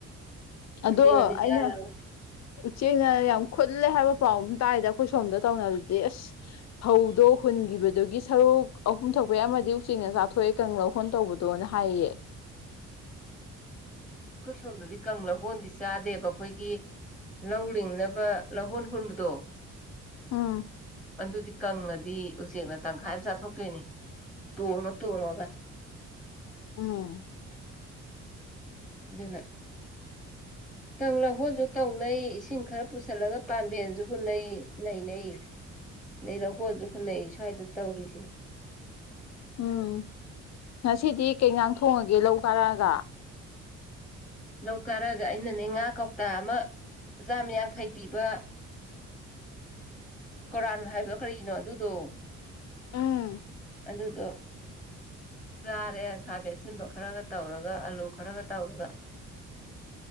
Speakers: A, on the left; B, in the centre.
A: ꯑꯗꯣ
B: ꯎꯆꯦꯛꯅꯗꯤ
A: ꯑꯩꯅ
B: ꯆꯥꯔꯔꯣꯏ
A: ꯎꯆꯦꯛꯅ ꯌꯥꯝ ꯈꯨꯟꯂꯦ ꯍꯥꯏꯕ ꯄꯥꯎ ꯑꯃ ꯇꯥꯏꯗ ꯑꯩꯈꯣꯏ ꯁꯣꯝꯗ ꯇꯧꯅꯕꯗꯤ ꯑꯁ ꯐꯧꯗꯣ ꯍꯨꯟꯒꯤꯕꯗꯨꯒꯤ ꯁꯔꯨꯛ ꯑꯍꯨꯝ ꯊꯣꯛꯄꯩ ꯑꯃ ꯗꯤ ꯎꯆꯦꯛꯅ ꯆꯥꯊꯣꯛꯏ ꯀꯪꯂꯧꯍꯣꯟ ꯇꯧꯕꯗꯣꯅ ꯍꯥꯏꯌꯦ
B: ꯑꯩꯈꯣꯏ ꯁꯣꯝꯗꯨꯗꯤ ꯀꯪꯂꯧꯍꯣꯟꯗꯤ ꯆꯥꯗꯦꯕ ꯑꯩꯈꯣꯏꯒꯤ ꯂꯧ ꯂꯤꯡꯅꯕ ꯂꯧꯍꯣꯟ ꯍꯨꯟꯕꯗꯣ
A: ꯑꯝ
B: ꯑꯗꯨꯗꯤ ꯀꯪꯉꯗꯤ ꯎꯆꯦꯛꯅ ꯇꯪꯈꯥꯏ ꯑꯃ ꯆꯥꯊꯣꯛꯇꯣꯏꯅꯦ ꯇꯣꯡꯉ ꯇꯣꯡꯉꯒ
A: ꯎꯝ
B: ꯑꯗꯨꯅ ꯀꯪꯂꯧꯍꯣꯜꯁꯨ ꯇꯧꯅꯩ ꯏꯁꯤꯡ ꯈꯔ ꯄꯨꯁꯜꯂꯒ ꯄꯥꯝꯕꯦꯟꯁꯨ ꯍꯨꯅꯩ ꯂꯩꯩꯅꯩ ꯂꯧꯍꯣꯟꯁꯨ ꯑꯗꯩ ꯍꯣꯟꯟꯅꯩ ꯁ꯭ꯋꯥꯏꯗ ꯇꯧꯔꯤꯁꯦ
A: ꯎꯝ ꯉꯁꯤꯗꯤ ꯀꯩꯖꯥꯡ ꯊꯣꯡꯉꯒꯦ ꯂꯧ ꯀꯥꯔꯛꯑꯒ
B: ꯂꯧ ꯀꯥꯔꯛꯑꯒ ꯑꯩꯅꯅꯦ ꯉꯥ ꯀꯧꯇꯥ ꯑꯃ ꯆꯥꯝ ꯌꯥꯡꯈꯩ ꯄꯤꯕ ꯀꯣꯔꯥꯟ ꯍꯥꯏꯕ꯭ꯔꯥ ꯀꯔꯤꯅꯣ ꯑꯗꯨꯗꯣ
A: ꯎꯝ
B: ꯑꯗꯨꯗꯣ ꯆꯥꯔꯦ ꯈꯥꯃꯦꯟ ꯑꯁꯤꯟꯕ ꯈꯔꯒ ꯇꯧꯔꯒ ꯑꯂꯨ ꯈꯔꯒ ꯇꯧꯔꯒ